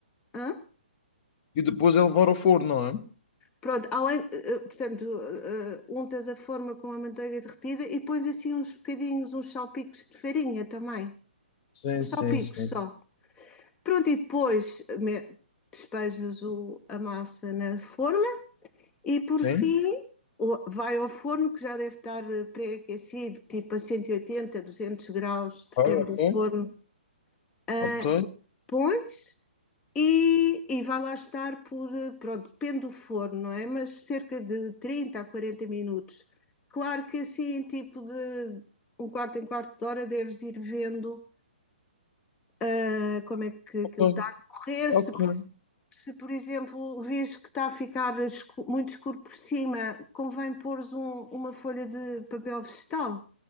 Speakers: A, on the left; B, on the left.
A: hã?
B: E depois é levar ao forno, não é?
A: pronto, além, eh, eh, portanto, eh, eh, untas a forma com a manteiga derretida e pões assim uns bocadinhos, uns salpicos de farinha também,
B: Sim,
A: uns
B: sim,
A: salpicos
B: sim.
A: só. Pronto, e depois eh, me- despejas o, a massa na forma e por
B: Sim.
A: fim o- vai ao forno que já deve estar eh, pré-aquecido, tipo a 180, 200 graus, depende
B: Ok,
A: do forno. Ah,
B: ok.
A: pões E, e vai lá estar por, eh, pronto, depende do forno, não é? Mas cerca de 30 a 40 minutos. Claro que assim, tipo de um quarto em quarto de hora, deves ir vendo ah, como é que
B: Ok,
A: aquilo
B: ok,
A: está a correr. Se,
B: ok.
A: se, por exemplo, vês que está a ficar escu- muito escuro por cima, convém pôres um- uma folha de papel vegetal,